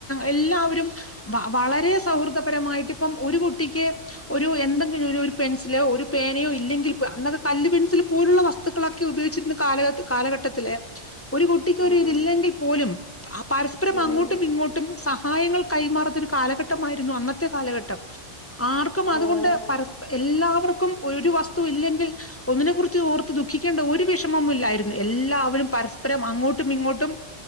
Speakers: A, on the left; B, on the left.
A: എല്ലാവരും. മ വളരെ സൗഹൃദപരമായിട്ട് ഇപ്പം ഒരു കുട്ടിക്ക് ഒരു എന്തെങ്കിലും പെൻസിലോ ഒരു പേന യൊ ഇല്ലെങ്കിൽ അന്നൊക്കെ കല്ല് പെൻസിൽ പോലുള്ള വസ്തുക്കളൊക്കെ ഉപയോഗിച്ചിരുന്ന കാല കാലഘട്ടത്തില്. ഒരു കുട്ടിക്ക്
B: ആഹ്
A: ഒരു ഇതില്ലെങ്കിൽ പോലും പരസ്പരം
B: ഉം
A: അങ്ങോട്ടും
B: ഉം
A: ഇങ്ങോട്ടും. സ സഹായങ്ങൾ കൈമാറുന്നരു കാലഘട്ടമായിരുന്നു. അന്നത്തെ കാലഘട്ടം. ആർക്കും അതുകൊണ്ട്
B: ആഹ്
A: പരസ് എല്ലാവർക്കും. ഒരു വസ്തു ഇല്ലെങ്കിൽ ഒന്നിനെ കുറിച്ച് ഓർത്ത് ദുഃഖിക്കേണ്ട ഒരു വിഷമവും ഇല്ലായിരുന്നു എല്ലാവരും പര പ രം അങ്ങോട്ടും ഇങ്ങോട്ടും